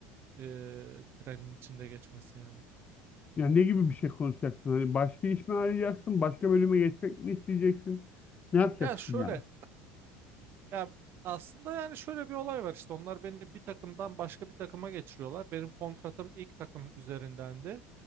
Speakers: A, on the right; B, on the left.
A: eee, trenin içinde geçmesi yani.
B: Yani ne gibi bir şey konuşacaksın? Hani başka iş mi arayacaksın? Başka bölüme geçmek mi isteyeceksin? Ne yapacaksın
A: Ya şöyle
B: yani?
A: ya aslında yani şöyle bir olay var işte onlar beni bir takımdan başka bir takıma geçiriyorlar. Benim kontratım ilk takım üzerindendi.